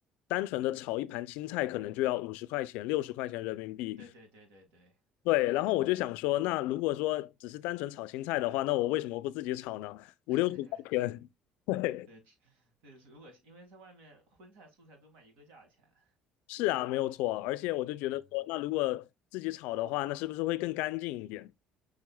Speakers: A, on the left; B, on the right.
A: 单纯的炒一盘青菜，可能就要五十块钱、六十块钱人民币。
B: 对对对对对，
A: 对，然后我就想说，那如果说只是单纯炒青菜的话，那我为什么不自己炒呢？五六十块钱，
B: <laughs>
A: <laughs> 对，
B: 对吃对，如果是因为在外面荤菜素菜都卖一个价钱。
A: 是啊，没有错啊。而且我就觉得说，
B: 嗯，
A: 那如果自己炒的话，那是不是会更干净一点？